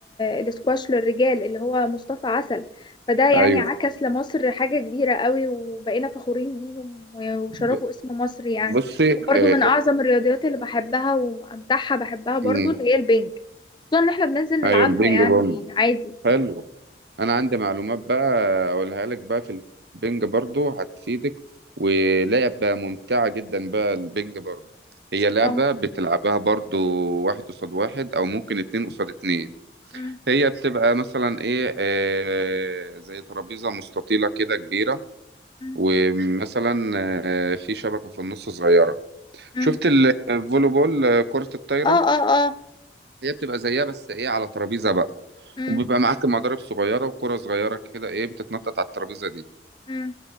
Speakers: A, on the left (about 25°); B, on the right (about 70°).
A: الاسكواش للرجال اللي هو مصطفى عسل فده يعني
B: ايوه
A: عكس لمصر حاجة كبيرة قوي وبقينا فخورين بيهم و- وشرفوا
B: ب-
A: اسم مصر يعني
B: بصي
A: وبرضو
B: آه،
A: من أعظم
B: آه،
A: الرياضيات اللي بحبها وأمتعها بحبها برضو
B: مم.
A: اللي هي البنج خصوصا إن احنا بننزل نلعبها
B: ايوه البينج
A: يعني
B: بونج
A: عادي
B: حلو انا عندي معلومات بقى اقولها لك بقى في البنج برضو هتفيدك ولعبة ممتعة جدا بقى البنج برضو هي لعبة
A: اه
B: بتلعبها برضو واحد قصاد واحد او ممكن اتنين قصاد اتنين
A: أمم،
B: هي بتبقى مثلا ايه آه زي ترابيزة مستطيلة كده كبيرة
A: أمم،
B: ومثلا آه في شبكة في النص صغيرة
A: أمم.
B: شفت الفولي بول آه، كرة الطايرة
A: اه اه اه
B: هي بتبقى زيها بس ايه على ترابيزة بقى
A: أمم،
B: وبيبقى معاك مضارب صغيرة وكرة صغيرة كده ايه بتتنطط على الترابيزة دي
A: أمم،